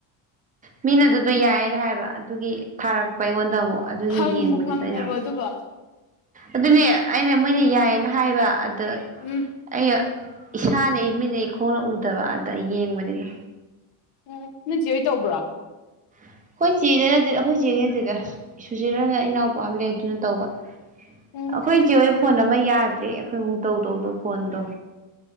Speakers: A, on the right; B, on the left.
A: ꯃꯤꯅ ꯑꯗꯨꯗꯣ ꯌꯥꯏꯌꯦꯅ ꯍꯥꯏꯕ ꯑꯗꯨꯒꯤ ꯊꯥꯔꯛꯄ ꯑꯩꯉꯣꯟꯗ ꯑꯃꯨꯛ ꯑꯗꯨꯒꯤ
B: ꯐꯪꯕꯨ
A: ꯌꯦꯡꯕꯅꯤꯗ
B: ꯐꯪꯉꯕꯣ
A: ꯑꯩꯅ ꯑꯃꯨꯛ
B: ꯑꯗꯨꯕꯣ
A: ꯑꯗꯨꯅꯦ ꯑꯩꯅ ꯃꯣꯏꯅ ꯌꯥꯏꯌꯦꯅ ꯍꯥꯏꯕ ꯑꯗꯨ
B: ꯎꯝ
A: ꯑꯩꯅ ꯏꯁꯥꯅ ꯏ ꯃꯤꯠꯅ ꯑꯩ ꯈꯣꯡꯅ ꯎꯗꯕ ꯑꯗ ꯌꯦꯡꯕꯅꯤꯗ
B: ꯎꯝ ꯅꯪꯁꯤ ꯍꯣꯏ ꯇꯧꯕ꯭ꯔꯣ
A: ꯑꯩꯈꯣꯏ ꯆꯦꯗꯅꯠꯇꯦꯗ ꯑꯩꯈꯣꯏ ꯆꯦꯗ ꯅꯠꯇꯦꯗ ꯁꯨꯆꯦꯔꯅ ꯏꯅꯥꯎꯄꯥ ꯑꯃ ꯂꯩ ꯑꯗꯨꯅ ꯇꯧꯕ
B: ꯎꯝ
A: ꯑꯩꯈꯣꯏ ꯀ ꯐꯣꯟ ꯑꯃ ꯌꯥꯗ꯭ꯔꯦ ꯑꯩꯈꯣꯏꯃꯨꯛ ꯇꯧꯗꯧꯗꯣ ꯐꯣꯟꯗꯣ